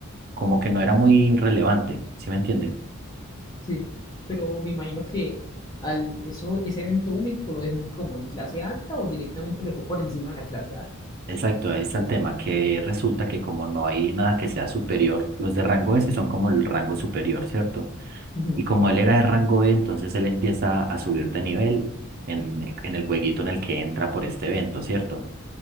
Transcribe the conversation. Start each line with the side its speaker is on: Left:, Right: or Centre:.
Right: como que no era muy relevante, ¿sí me entiende?
Left: Sí, pero me imagino que al eso, ese evento único lo dejó como en clase alta o directamente lo dejó por encima de la clase alta.
Right: Exacto, ahí está el tema, que resulta que como no hay nada que sea superior, los de rango S son como el rango superior, ¿cierto?
Left: Ujú,
Right: Y como él era de rango E, entonces él empieza a subir de nivel en, en el jueguito en el que entra por este evento, ¿cierto?